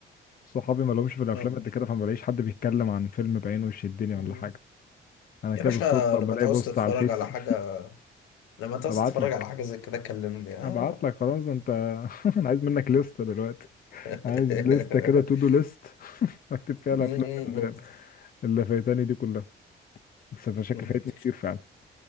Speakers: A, on the left (about 45°); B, on the left (about 90°).
A: صحابي ما لهمش في الافلام
B: م-
A: قد كده فما بلاقيش حد بيتكلم عن فيلم بعينه يشدني
B: م.
A: ولا حاجه انا
B: يا
A: كده
B: باشا
A: بالصدفه بلاقي
B: لما تعوز
A: بوست
B: تتفرج
A: على الفيس
B: على حاجه لما تعوز
A: ابعت
B: تتفرج
A: لك
B: على حاجه زي كده كلمني اه
A: ابعت لك خلاص انت <laughs> انا عايز منك لستة دلوقتي
B: <laughs>
A: عايز لستة كده تو دو ليست <laughs> اكتب فيها الافلام
B: م-
A: اللي, اللي فايتاني دي كلها بس انا شكلي
B: م-
A: فايتني كتير فعلا